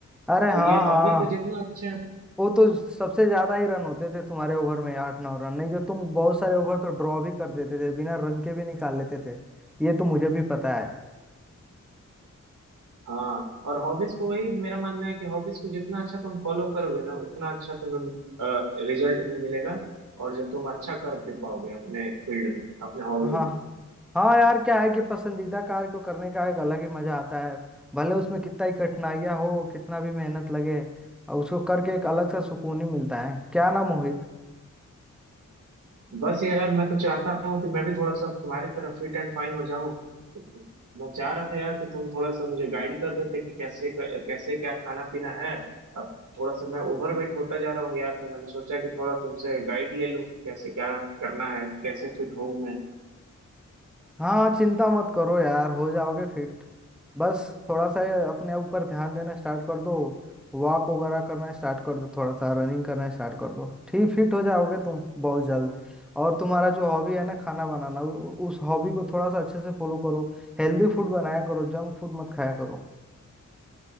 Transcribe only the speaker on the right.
तो
ये हॉबी
तो जितना अच्छा
हाँ और हॉबीज को वही मेरा मानना है कि हॉबीज को जितना अच्छा तुम फॉलो करोगे ना उतना अच्छा तुम्हें रिजल्ट भी मिलेगा और जो तुम अच्छा कर भी पाओगे अपने फील्ड में अपने हॉबी
में
बस यार मैं तो चाहता हूँ कि मैं भी थोड़ा सा तुम्हारी तरह फिट एंड फाइन हो जाऊँ मैं चाह रहा था यार कि तुम थोड़ा सा मुझे गाइड कर देते कि कैसे कैसे क्या खाना पीना है अब थोड़ा सा मैं ओवरवेट होता जा रहा हूँ यार तो मैंने सोचा कि थोड़ा तुमसे गाइड ले लूँ कि कैसे क्या करना है कैसे फिट हूँ मैं